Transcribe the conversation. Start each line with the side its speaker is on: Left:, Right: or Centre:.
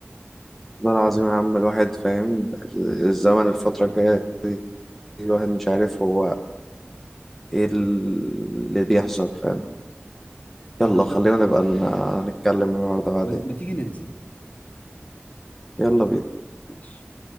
Centre: والله العظيم يا عم الواحد فاهم الزمن الفترة الجاية دي الواحد مش عارف هو ايه اللي بيحصل فاهم يلا
Left: انا شا...
Centre: خلينا نبقى ن- نتكلم النهاردة بعدين
Left: ما... ما تيجي ننزل
Centre: يلا بينا
Left: ماشي